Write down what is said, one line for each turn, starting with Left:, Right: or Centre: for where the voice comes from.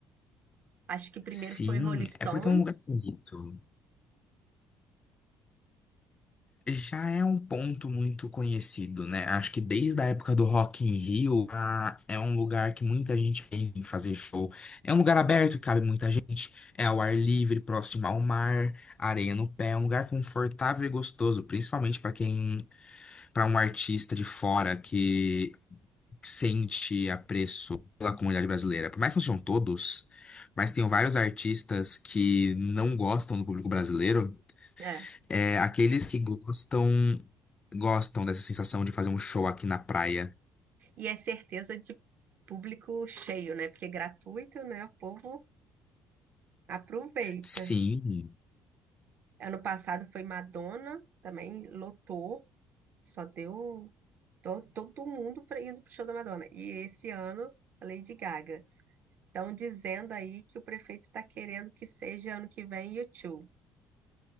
Right: Acho que primeiro
Left: Sim,
Right: foi Rolling Stones,
Left: é porque é um lugar bonito. Já é um ponto muito conhecido, né? Acho que desde a época do Rock in Rio, a- é um lugar que muita gente pensa em fazer show. É um lugar aberto, cabe muita gente, é ao ar livre, próximo ao mar, areia no pé, é um lugar confortável e gostoso, principalmente para quem, para um artista de fora que sente apreço pela comunidade brasileira. Por mais que não sejam todos, mas tem vários artistas que não gostam do público brasileiro.
Right: é.
Left: É, aqueles que gostam gostam dessa sensação de fazer um show aqui na praia.
Right: E é certeza de público cheio, né? Porque é gratuito, né? O povo aproveita.
Left: Sim,
Right: Ano passado foi Madonna, também lotou, só deu to- todo mundo pra- indo pro show da Madonna. E esse ano, a Lady Gaga. Estão dizendo aí que o prefeito está querendo que seja ano que vem YouTube.